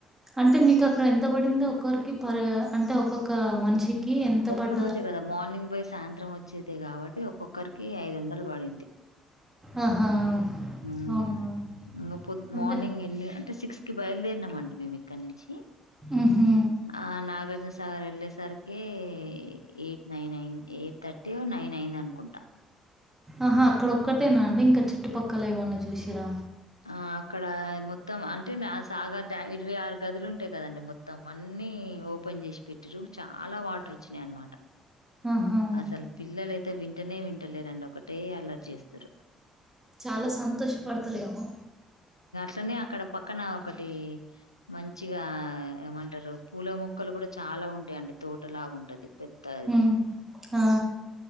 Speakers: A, on the right; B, on the left.
A: అంటే మీకు అక్కడ ఎంత పడిందో ఒక్కోరికి పరె అంటే ఒక్కొక్క మనిషికి ఎంత
B: ఒక్క
A: పడ్డద
B: రోజె కదా మార్నింగ్ పొయ్ సాయంత్రం వచ్చేదె కాబట్టి ఒక్కొక్కరికి ఐదొందలు పడింది డి
A: ఆహా
B: ఊమ్
A: అవునా?
B: నువ్ పొద్
A: అంటే
B: మార్నింగ్ ఎన్ని అంటే సిక్స్ కి బయిల్దేరినామండి మేమ్ ఇక్కడ్ నించి
A: ఉహు
B: ఆ నాగార్జున స తార్ ఎళ్ళేసరికీ ఎయిట్ నైన్ అయిన్ ఎయిట్ థర్టీయో నైన్ అయింద అనుకుంటా
A: ఆహా అక్కడ ఒక్కటేనా అండి ఇంక చుట్టుపక్కల ఏమన్నా చూసిర్ర
B: ఆ అక్కడా మొత్తం అంటే సాగర్ డ్యామ్ ఇరవై ఆరు గదులు ఉంటయ్ కదండి మొత్తం అన్నీ ఓపెన్ చేసి పెట్టిర్రు చాలా వాటర్ వొచ్చినయ్ అన్మాట
A: ఆహా
B: అసల్ పిల్లలయితె వింటనే వింటలేరండి ఒకటే అల్లర్ చేస్తరు
A: చాల సంతోష్పడుతరేమో
B: తనే అక్కడ పక్కన ఒకటీ మంచిగా ఏమంటరు పూల మొక్కలు కూడా చాలా ఉంటాయండి తోటలాగుంటది పెద్దది
A: ఉమ్ ఆ